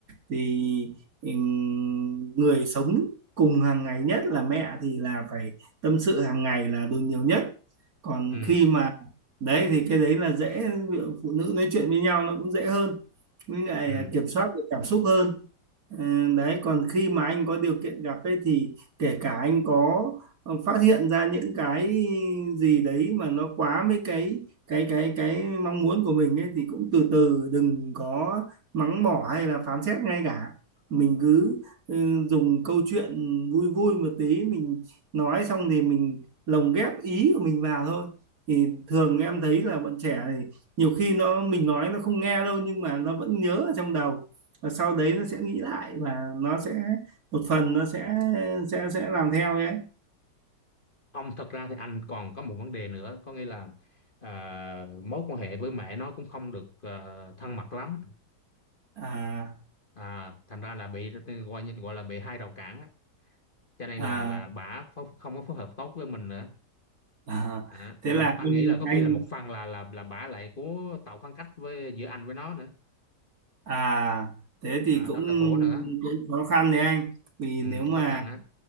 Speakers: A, on the right (about 55°); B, on the left (about 30°).
A: thì ừm, người sống cùng hàng ngày nhất là mẹ thì là phải tâm sự hàng ngày là đương nhiều nhất còn
B: ừ
A: khi mà đấy thì cái đấy là dễ ví dụ phụ nữ nói chuyện với nhau nó cũng dễ hơn với lại
B: ừ
A: kiểm soát được cảm xúc hơn Ờ, đấy còn khi mà anh có điều kiện gặp ấy thì kể cả anh có ờ, phát hiện ra những cái gì đấy mà nó quá với cái cái cái cái mong muốn của mình ấy thì cũng từ từ đừng có mắng mỏ hay là phán xét ngay cả mình cứ ừ, dùng câu chuyện vui vui một tí mình nói xong thì mình lồng ghép ý của mình vào thôi thì thường em thấy là bọn trẻ thì nhiều khi nó mình nói nó không nghe đâu nhưng mà nó vẫn nhớ ở trong đầu và sau đấy nó sẽ nghĩ lại và nó sẽ một phần nó sẽ sẽ sẽ làm theo đấy
B: Không, thật ra thì anh còn có một vấn đề nữa, có nghĩa là à, mối quan hệ với mẹ nó cũng không được à, thân mật lắm,
A: à
B: à, thành ra là bị gọi như gọi là bị hai rào cản á, cho nên
A: à
B: là là bả phó- không có phối hợp tốt với mình nữa.
A: à
B: À,
A: thế
B: rồi
A: là
B: anh
A: anh
B: nghĩ là có
A: anh
B: khi là một phần là là là bả lại cố tạo khoảng cách với giữa anh với nó nữa,
A: à thế thì
B: à,
A: cũng
B: đó là khổ nữa,
A: cũng khó khăn đấy anh vì
B: ừ,
A: nếu mà
B: khó khăn á,